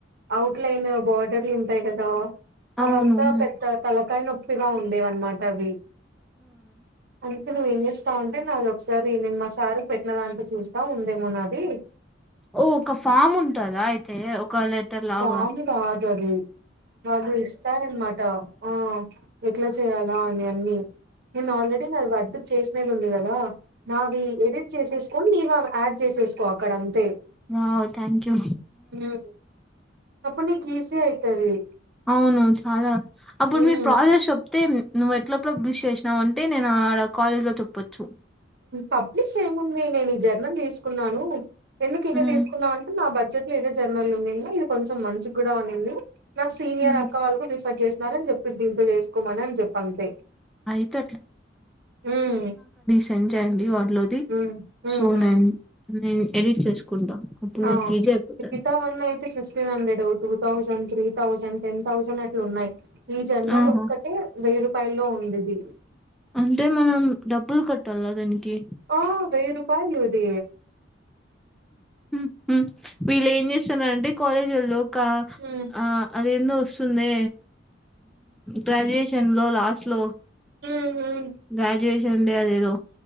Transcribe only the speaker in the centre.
అవునువును
ఓ ఒక ఫామ్ ఉంటదా అయితే కల ఎటర్లాగా
ఓ థ్యాంక్ యూ
అవును చాలా అప్పుడు
మీరు ప్రాదస్ అే నువ్వు ఎట్లప్పుడు బృష్ చేసినావు అంటే నేను ఆడ కాలేజ్ లో చెప్పొచ్చు
ఉమ్.
హ్మ్.
అయితే
చె అయండి ది
సో
నేను నేను ఎడిట్ చేసుకుంటా అప్పుడు
నాకు ఈజీ అయిపోతది.
ఆహా!
అంటే మనం డబ్బులు కట్టాల దానికి
<inaudible> వీళ్ళు ఏం చేస్తున్నంటే కాలేజీలలో ఒక
ఆ అది ఎన్నో వస్తుంది గ్రాడ్యుయేషన్ లో లాస్ట్ లో
గ్రా జష ఉండ అదేదో